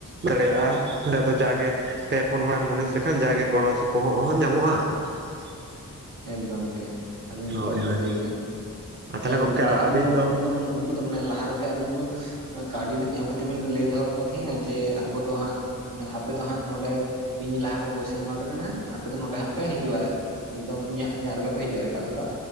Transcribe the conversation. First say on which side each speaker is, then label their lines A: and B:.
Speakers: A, on the right; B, on the right.
A: ᱫᱟᱲᱮᱭᱟᱜᱼᱟ <inaudible> ᱡᱟᱜᱮ ᱯᱮ ᱯᱩᱱ ᱦᱚᱲᱮᱢ ᱢᱩᱱᱤᱥ ᱞᱮᱠᱷᱟᱱ ᱡᱟᱜᱮ ᱜᱚᱲᱚ ᱥᱚᱯᱚᱦᱚᱜ ᱦᱚᱸ ᱧᱟᱢᱚᱜᱼᱟ᱾ <inaudible>
B: ᱮᱠᱫᱚᱢ ᱜᱮ ᱟᱵᱤᱱ
A: ᱦᱳᱭ
B: ᱡᱚᱛᱷᱟᱛ ᱵᱤᱱ
A: ᱦᱳᱭ
B: ᱞᱟᱹᱭ ᱠᱟᱫᱟ
A: ᱟᱨ ᱛᱟᱦᱚᱞᱮ
B: ᱛᱟᱦᱞᱮ
A: ᱜᱚᱢᱠᱮ
B: ᱜᱚᱝᱠᱮ ᱟᱵᱤᱱ
A: ᱟᱹᱵᱤᱱ
B: ᱫᱚ ᱩᱸ ᱩᱱᱫᱚ ᱢᱟᱱᱮ ᱠᱩ ᱫᱚ ᱢᱟᱱᱮ ᱞᱟᱦᱟ ᱨᱮᱜᱮ ᱟᱵᱤᱱ ᱫᱚᱵᱤᱱ ᱠᱟᱹᱣᱰᱤ ᱵᱤᱱ ᱮᱢ ᱠᱟᱛᱮ ᱵᱤᱱ ᱞᱟᱹᱭ ᱫᱚᱦᱚᱣᱟᱜ ᱠᱚ ᱛᱟᱦᱮᱸᱜᱼᱟ ᱡᱮ ᱟᱵᱚ ᱫᱚ ᱦᱟᱸᱜ ᱢᱟᱱᱮ ᱟᱯᱮ ᱫᱚ ᱦᱟᱸᱜ ᱱᱚᱸᱰᱮ ᱤᱧ ᱞᱟᱦᱟ ᱨᱮᱜᱮ ᱯᱚᱭᱥᱟᱧ ᱮᱢᱟᱯᱮ ᱠᱟᱱᱟ ᱟᱯᱮ ᱫᱚ ᱱᱚᱸᱰᱮ ᱦᱟᱸᱜ ᱯᱮ ᱦᱤᱡᱩᱜᱼᱟ᱾ ᱮᱠᱫᱚᱢ ᱤᱧᱟᱹᱜ ᱤᱧᱟᱹᱜ ᱨᱮᱜᱮ ᱯᱮ ᱦᱤᱡᱩᱜᱼᱟ ᱮᱴᱟᱜ ᱥᱮᱫ ᱫᱚ